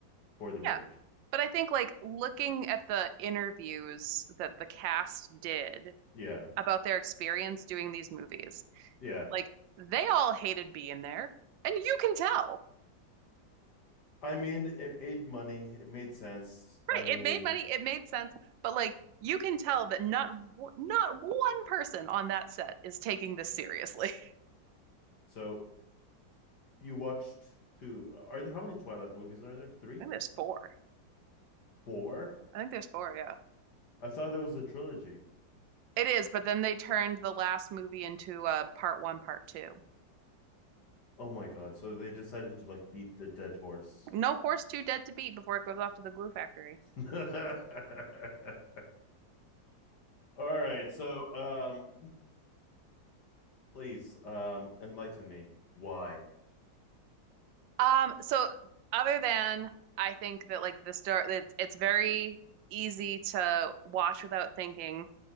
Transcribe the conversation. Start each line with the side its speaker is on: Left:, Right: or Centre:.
Left: for the
Right: Yeah,
Left: range.
Right: but I think like looking at the interviews that the cast did
Left: Yeah,
Right: about their experience doing these movies,
Left: yeah.
Right: like they all hated being there, and you can tell.
Left: I mean, it made money. It made sense.
Right: Right,
Left: I mean,
Right: it made money, it made sense, but like you can tell that not w- not one person on that set is taking this seriously. <laughs>
Left: so you watched two. Are there how many Twilight movies are there? Three,
Right: I think there's four.
Left: four?
Right: I think there's four, yeah.
Left: I thought it was a trilogy.
Right: It is, but then they turned the last movie into uh, part one, part two.
Left: Oh my God! So they decided to like beat the dead horse.
Right: No horse too dead to beat before it goes off to the glue factory.
Left: <laughs> All right, so um please um enlighten me. Why?
Right: Um, so other than I think that like the start, it's it's very easy to watch without thinking,